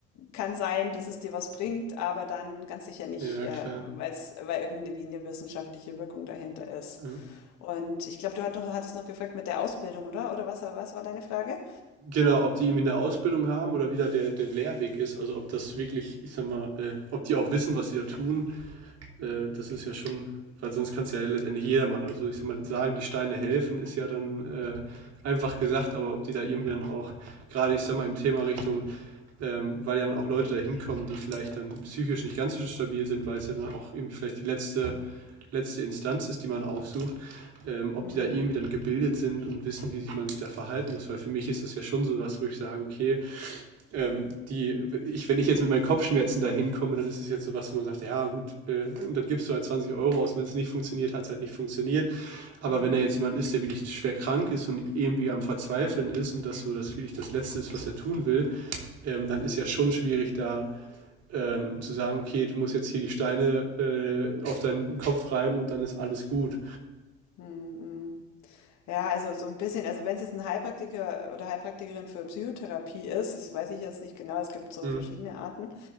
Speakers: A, on the left; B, on the right.
A: kann sein, dass es dir was bringt, aber dann ganz sicher nicht,
B: Ja,
A: äh,
B: klar.
A: weil's, weil irgendwie eine wissenschaftliche Wirkung dahinter ist.
B: Mhm.
A: Und ich glaube, du hat noch, hattest noch gefragt mit der Ausbildung, oder? Oder was, was war deine Frage?
B: Genau, ob die irgendwie eine Ausbildung haben oder wie da der der Lehrweg ist. Also, ob das wirklich, ich sag mal äh, ob die auch wissen, was sie da tun. Äh, das ist ja schon, weil sonst kann es ja letztendlich jeder machen. Also ich sag mal, sagen, die Steine helfen, ist ja dann äh, einfach gesagt, aber ob die da irgendwie dann auch, gerade ich sag mal, im Thema Richtung, ähm, weil ja dann auch Leute da hinkommen, die vielleicht dann psychisch nicht ganz so stabil sind, weil es ja dann auch irgendwie vielleicht die letzte, letzte Instanz ist, die man aufsucht, ähm, ob
A: Hm,
B: die da irgendwie dann gebildet sind und wissen, wie sich man sich da verhalten muss, weil für mich ist das ja schon so was, wo ich sage, okay, ähm, die, ich, wenn ich jetzt mit meinen Kopfschmerzen dahin komme, dann ist es jetzt so was, wo man sagt, ja gut, äh, und dann gibst du halt 20 Euro aus, wenn es nicht funktioniert, hat es halt nicht funktioniert. Aber
A: hm,
B: wenn da jetzt jemand ist, der wirklich schwer krank ist und irgendwie am Verzweifeln ist und das so das wirklich das Letzte ist, was er tun will, ähm, dann
A: hm,
B: ist ja schon schwierig da ähm, zu sagen, okay, du musst jetzt hier die Steine äh, auf deinen Kopf reiben und dann ist alles gut.
A: hm, hm. hm. Ja, also so ein bisschen, also wenn es jetzt ein Heilpraktiker oder Heilpraktikerin für Psychotherapie ist, das weiß ich jetzt nicht genau, es gibt so
B: Mhm.
A: verschiedene Arten.